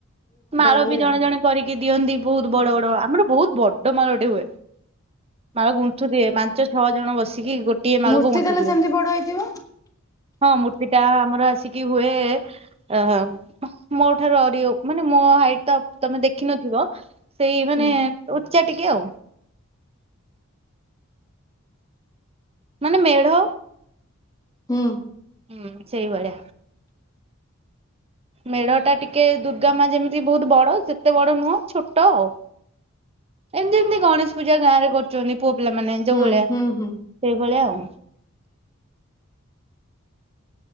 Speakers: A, on the right; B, on the left.
A: ମାଳ
B: ବୋଲି
A: ବି ଜଣେ
B: ଆଉ
A: ଜଣେ କରିକି ଦିଅନ୍ତି ବହୁତ ବଡ଼ ବଡ଼ ଆମର ବହୁତ ବଡ ମାଳଟେ ହୁଏ ମାଳ ଗୁନ୍ତୁ ଦିଏ ପାଞ୍ଚ ଛଅ ଜଣ ବସି। ଇଏ ଗୋଟିଏ ମାଳକୁ
B: ମୂର୍ତ୍ତି
A: ଗୁନ୍ତୁ
B: ତାହେଲେ
A: ଥିବେ
B: ସେମିତି ବଡ ହେଇଥିବ
A: ହଁ ମୂର୍ତ୍ତିଟା ଆମର ଆସିକି ହୁଏ ଅ ମୋ ଠାରୁ ଆଉରି ମାନେ ମୋ ହାଇଟ୍ ତ ତମେ ଦେଖିନଥିବ ସେଇ ମାନେ
B: ହୁଁ
A: ଚା ଟିକେ ଆଉ। ମାନେ ମେଢ଼
B: ହୁଁ।
A: ହୁଁ ସେଇ ଭଳିଆ। ମେଢ଼ଟା ଟିକେ ଦୁର୍ଗାମା ଯେମିତି ବହୁତ ବଡ଼ ସେତେ ବଡ଼ ନୁହଁ ଛୋଟ ଆଉ ଏମତି ଏମତି ଗଣେଶ ପୂଜା ଗାଁ ରେ କରୁଛନ୍ତି। ପୁଅ ପିଲାମାନେ
B: ହୁଁ
A: ଯୋଉ ଭଳିଆ
B: ହୁଁ
A: ସେଇଭଳିଆ
B: ହୁଁ
A: ଆଉ।